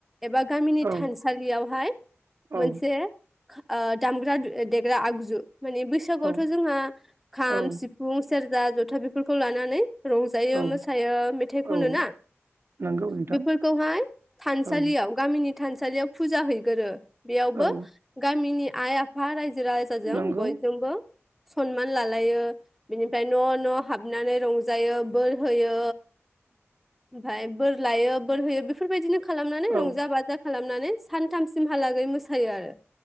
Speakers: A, in the centre; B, on the right (about 55°).
A: एबा गामिनि
B: औ
A: थानसालियावहाय मोनसे
B: औ
A: ओ दामग्रा देग्रा आगजु माने बैसागुआवथ'
B: औ
A: जोंहा खाम
B: औ
A: सिफुं सेरजा ज था बेफोरखौ लानानै रंजायो
B: औ
A: मोसायो मेथाइ खनो
B: औ
A: ना
B: नंगौ नोंथां
A: बेफोरखौहाय थानसालियाव
B: औ
A: गामिनि थानसालियाव फुजा हैगोरो। बेयावबो
B: औ
A: गामिनि आइ आफा बा राय रायजो राजाजों
B: नंगौ
A: बयजोंबो सनमान लालायो। बिनिफ्राय न' न' हाबनानै रंज जायो बोर होयो। ओमफ्राय बोर लायो बोर होयो बेफोरबायदिनो खालामनानै रंजा
B: औ
A: बाजा खालाम नानै सानथामसिमहालागै मोसायो आरो।